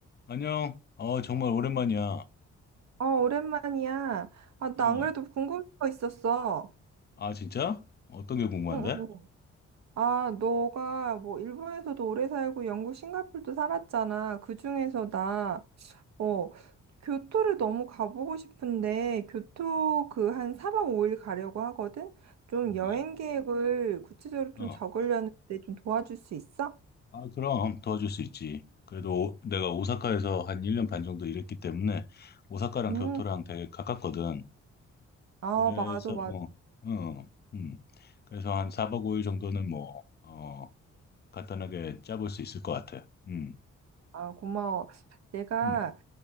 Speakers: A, on the left; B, on the right.
A: 안녕. 어, 정말 오랜만이야.
B: 어, 오랜만이야. 아,
A: 어.
B: 나 안 그래도 궁금한 거 있었어.
A: 아, 진짜? 어떤 게 궁금한데?
B: 응, 응. 응. 아, 너가 뭐 일본에서도 오래 살고 영국, 싱가포르도 살았잖아. 그중에서 나, 어, 교토를 너무 가보고 싶은데, 교토 그 한 4박 5일 가려고 하거든? 좀
A: 음,
B: 여행 계획을 구체적으로 좀
A: 어.
B: 적으려는데 좀 도와줄 수 있어?
A: 아, 그럼 도와줄 수 있지. 그래도 오- 내가 오사카에서 한 1년 반 정도 일했기 때문에 오사카랑
B: 응.
A: 교토랑 되게 가깝거든.
B: 아,
A: 그래서
B: 맞아, 맞아.
A: 어, 어, 음. 그래서 한 4박 5일 정도는 뭐 어, 간단하게 짜볼 수 있을 것 같아. 음.
B: 아, 고마워. 내가
A: 음.